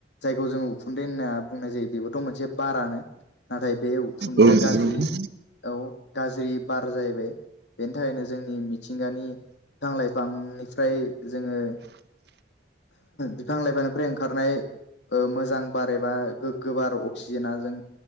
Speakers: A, on the left; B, on the right.
A: जायखौ जोङो उखुन्दै होनना बुंनाय जायो बेबोथ' मोनसे बारानो नाथाय बे उखुन्दैआ
B: औ नंगौ नोंथां
A: गाज्रि औ गाज्रि बार जाहैबाय बेनि थाखायनो जोंनि मिथिंगानि बिफां लाइफांनिफ्राय जोङो बिफांलायफानिफ्राय ओंखारनाय मोजां बार एबा गोग्गो बार अक्सिजेना जों